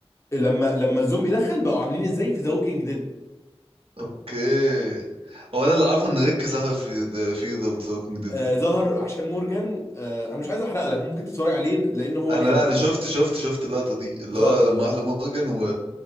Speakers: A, on the left; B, on the right.
A: لما لما الزومبي دخل بقوا عاملين ازاي في ذا ووكينج ديد
B: اوكي هو انا اللي عارفه ان ريك ظهر في ذا في ذا ووكينج ديد
A: آه
B: ده
A: ظهر عشان مورجان آه، انا مش عايز احرق لك ممكن تتفرج عليه لان هو
B: انا
A: جامد
B: لا انا شفت شفت شفت اللقطة دي اللي
A: فكان
B: هو لما احلى مورجان و